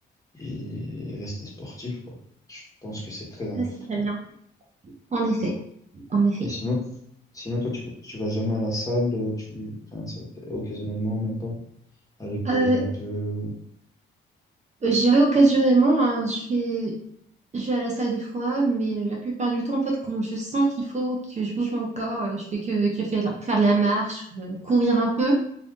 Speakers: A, on the left (about 15°); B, on the right (about 35°).
A: et rester sportif, quoi. Je pense que c'est très important.
B: Ouais, c'est très bien. En effet, en effet.
A: Et sinon, sinon toi, tu, tu vas jamais à la salle, euh, tu, enfin, ça t'est- occasionnellement, même pas, aller courir
B: Euh,
A: un peu. ou-
B: j'irai occasionnellement, hein, je fais, je vais à la salle des fois, mais euh, la plupart du temps, en fait, quand je sens qu'il faut que je bouge mon corps, euh, je fais que, que faire, la- faire de la marche, ou, euh, courir un peu,